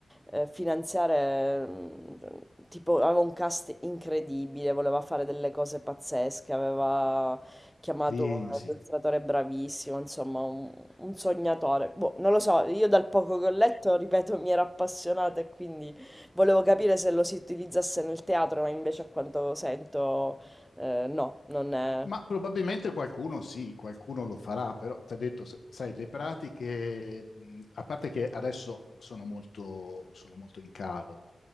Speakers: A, in the centre; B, on the left.
A: eh, finanziare, mh, tipo, aveva un cast incredibile, voleva fare delle cose pazzesche, aveva chiamato
B: sì, sì.
A: un illustratore bravissimo, insomma, un, un sognatore. Boh, non lo so, io dal poco che ho letto, ripeto, mi era appassionata e quindi... Volevo capire se lo si utilizzasse nel teatro, ma invece a quanto sento, eh, no, non è...
B: Ma probabilmente qualcuno sì, qualcuno lo farà, però ti ho detto, s- sai, le pratiche, mh, a parte che adesso sono molto, sono molto in calo,